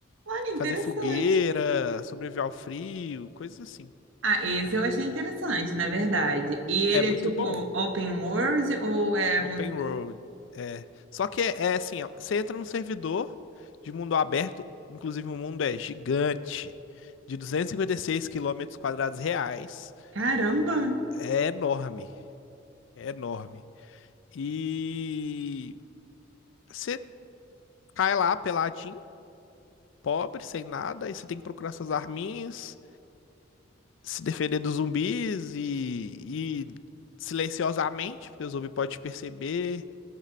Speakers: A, on the right; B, on the left.
A: Olha, interessante.
B: Fazer fogueira, sobreviver ao frio, coisas assim.
A: Ah, esse eu achei interessante, na verdade. E ele
B: É muito
A: é tipo
B: bom.
A: open world ou é.
B: Open
A: mundo-
B: World. É. Só que é, é assim, ó, você entra num servidor de mundo aberto, inclusive o mundo é gigante, de 256 quilômetros quadrados reais.
A: Caramba!
B: É enorme, é enorme. E você cai lá peladinho, pobre, sem nada, aí você tem que procurar suas arminhas, se defender dos zumbis e, e silenciosamente, porque o zumbi pode te perceber.